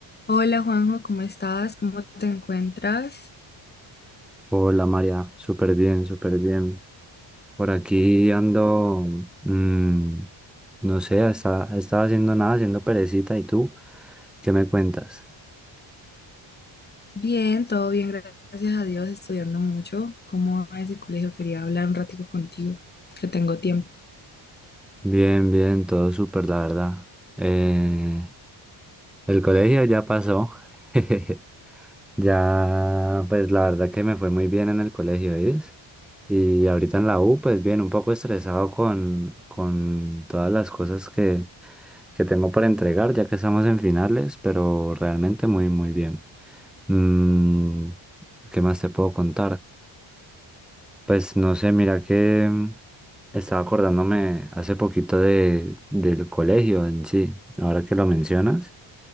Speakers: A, on the left; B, in the centre.
A: Hola Juanjo, ¿cómo estás? ¿Cómo te encuentras?
B: Hola María, súper bien, súper bien. Por aquí ando, mm, no sé, estaba, estaba haciendo nada, haciendo perecita. ¿Y tú? ¿Qué me cuentas?
A: Bien, todo bien, gracias a Dios, estudiando mucho. ¿Cómo va ese colegio? Quería hablar un ratico contigo, que tengo tiempo.
B: Bien, bien, todo súper, la verdad. Eh, el colegio ya pasó. <laughs> Ya, pues la verdad que me fue muy bien en el colegio, ¿sí? Y ahorita en la U, pues bien, un poco estresado con, con todas las cosas que, que tengo para entregar, ya que estamos en finales, pero realmente muy, muy bien. Mm, ¿qué más te puedo contar? Pues no sé, mira que mm, estaba acordándome hace poquito de, del colegio en sí, ahora que lo mencionas.